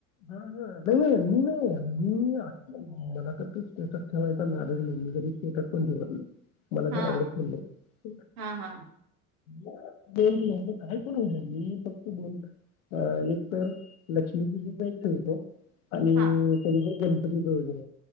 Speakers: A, on the left; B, on the right.
A: हा हा नाही नाही मी आहे. मला तर ते स्टेटस ठेवायचा नादज नाहीये, मी कधी स्टेटस पण ठेवत नाही. मला
B: हा
A: ते आवडत पण नाही.
B: हा हा
A: काही पण होऊ दे, मी फक्त दोनदा एक तर लक्ष्मीपूजन भेट होते. आणि
B: हा
A: तरी पण जरी.